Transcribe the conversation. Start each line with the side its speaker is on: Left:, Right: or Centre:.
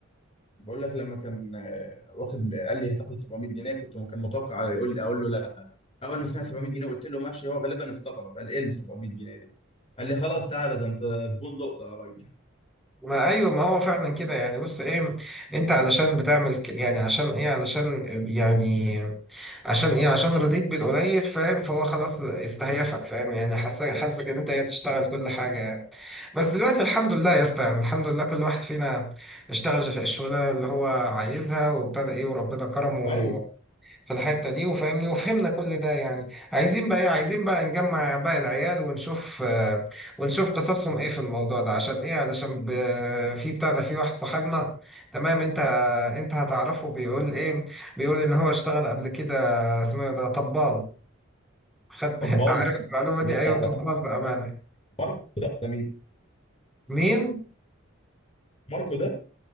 Left: بقول لك لما كان آه، واخد قال لي هتاخد 700 جنيه كنت كان متوقع يقول لي اقول له لا اول ما سمع 700 جنيه قلت له ماشي هو غالبا استغرب قال ايه اللي 700 جنيه دي قال لي خلاص تعالى ده انت زبون لقطه يا راجل
Centre: ما ايوه ما هو فعلا كده يعني بص ايه انت علشان بتعمل ك- يعني عشان ايه علشان يعني عشان ايه عشان رضيت بالقليل فاهم فهو خلاص استهيفك فاهم يعني حاسك حاسك ان انت هي تشتغل كل حاجه يعني بس دلوقتي الحمد لله يا اسطى يعني الحمد لله كل واحد فينا اشتغل الشغلانه اللي هو عايزها وابتدى ايه وربنا كرمه
Left: ايوه
Centre: في الحتة دي وفاهمني وفهمنا كل ده يعني عايزين بقى ايه عايزين بقى نجمع باقي العيال ونشوف آه، ونشوف قصصهم ايه في الموضوع ده عشان ايه علشان ب- في بتاع ده في واحد صاحبنا تمام انت انت هتعرفه بيقول ايه بيقول ان هو اشتغل قبل كده اسمه إيه ده طبال خد
Left: طب
Centre: <laughs>
Left: بال
Centre: عارف المعلومة
Left: ده
Centre: دي ايوه طبال بأمانة
Left: ماركو ده ولا مين
Centre: مين
Left: ماركو ده